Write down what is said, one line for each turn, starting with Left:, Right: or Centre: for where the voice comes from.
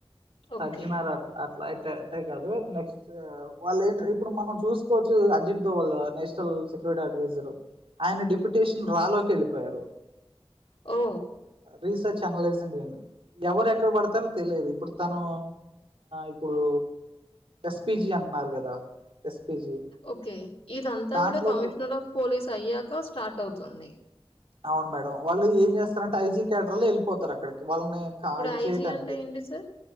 Left: ఓకే.
Right: సజ్జనారా అట్లా అట్లా ఏ టే తే గాదు. నెక్స్ట్ వాళ్ళు ఏంటి ఇప్పుడు మనం చూసుకోవచ్చు. Ajit Doval national security adviser. ఆయన డిప్యుటేషన్ రాలోకి వెళ్ళిపోయారు.
Left: ఓ
Right: రీసెర్చ్ అనలైజింగ్ వింగ్ ఎవరు ఎక్కడ పడతారో తెలియదు ఇప్పుడు తను ఇప్పుడు ఎస్పిజి అన్నారు కదా ఎస్పిజి
Left: ఓకే ఇదంతా
Right: దాంట్లో
Left: కూడా కమిషనర్ ఆఫ్ పోలీస్ అయ్యాక స్టార్ట్ అవుతుంది
Right: అవును మేడం వాళ్ళు ఏం చేస్తారంటే ఐజీ కేడర్ లో వెళ్ళిపోతారు అక్కడికి వాళ్ళని
Left: ఇప్పుడు
Right: ఇది చేయటానికి
Left: ఐజీ అంటే ఏంటి sir?